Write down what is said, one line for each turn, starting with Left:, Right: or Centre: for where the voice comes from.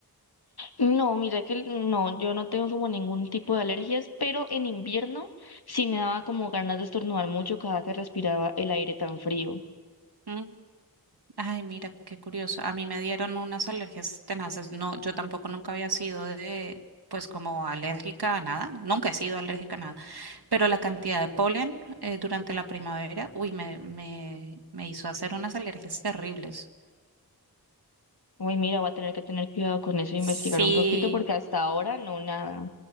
Left: No, mira que el- no, yo no tengo como ningún tipo de alergias, pero en invierno sí me daba como ganas de estornudar mucho cada que respiraba el aire tan frío.
Right: Mm. Ay, mira, qué curioso. A mí me dieron unas alergias tenaces. No, yo tampoco nunca había sido de, pues como alérgica a nada. Nunca he sido alérgica a nada. Pero la cantidad de polen eh, durante la primavera, uy, me, me, me hizo hacer unas alergias terribles.
Left: Uy, mira, voy a tener que tener cuidado con eso e
Right: Sí,
Left: investigar un poquito porque hasta ahora no nada.